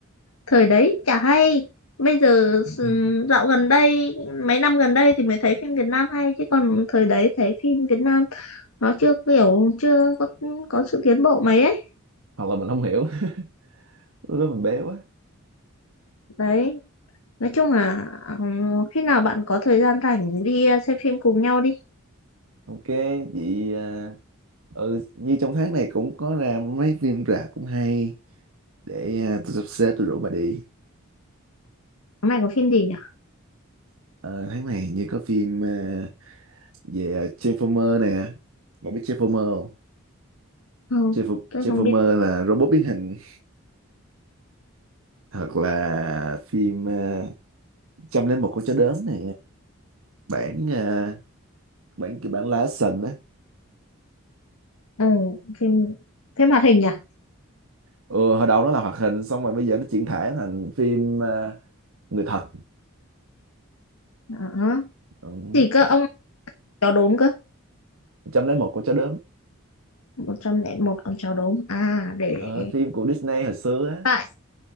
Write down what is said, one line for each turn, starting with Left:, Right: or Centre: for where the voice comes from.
Left: thời đấy chả hay. Bây giờ s-
Right: <laughs>
Left: dạo gần đây, mấy năm gần đây thì mới thấy phim Việt Nam hay. Chứ còn thời đấy thấy phim Việt Nam nó chưa kiểu, chưa có, có sự tiến bộ mấy ấy.
Right: hoặc là mình không hiểu <laughs> lúc đó mình bé quá
Left: Đấy, nói chung là ờ, khi nào bạn có thời gian rảnh đi ờ, xem phim cùng nhau đi.
Right: ok chị à, ừ như trong tháng này cũng có ra mấy phim rạp cũng hay để à, tôi sắp xếp tôi rủ bà đi
Left: Tháng này có phim gì nhỉ?
Right: Ờ, tháng này như có phim à, về à, Transformer nè bà biết Transformer không
Left: không
Right: Transform-
Left: tôi
Right: Transformer
Left: không biết
Right: là robot biến hình hoặc là phim à, trăm lẻ một con chó đớn nè bản à, bản kiểu bản live action á
Left: ừ, phim phim hoạt hình à
Right: ừ, hồi đầu nó là hoạt hình xong rồi bây giờ nó chuyển thể thành phim à, người thật
Left: đó.
Right: ừ,
Left: gì cơ ông
Right: trăm
Left: chó đốm cơ
Right: lẻ một con chó đớn
Left: một trăm lẻ một ông chó đốm à để
Right: Ờ, phim của Disney hồi xưa á
Left: tại